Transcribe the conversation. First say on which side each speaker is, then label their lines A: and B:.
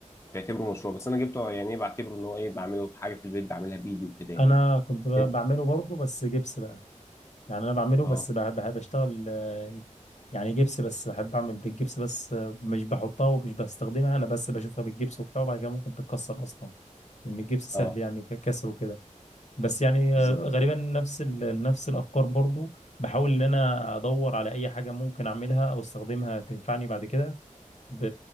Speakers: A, on the left; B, on the left.
A: بتعتبره مشروع بس انا جبته يعني ايه بعتبره ان هو ايه بعمله في حاجه في البيت بعملها بايدي وكده يعني
B: أنا كنت بقى
A: انت
B: بعمله برضه بس جبس بقى يعني انا بعمله
A: اه
B: بس بحب بحب اشتغل آه، يعني جبس بس بحب اعمل بالجبس بس آه، مش بحطها ومش بستخدمها انا بس بشوفها بالجبس وبتاع وبعد كده ممكن تتكسر اصلا لان الجبس
A: اه
B: سهل يعني ك- كسره كده بس يعني
A: بالظبط
B: آه، غالبا نفس ال- نفس الافكار برضو بحاول ان انا ادور على اي حاجه ممكن اعملها او استخدمها تنفعني بعد كده ب-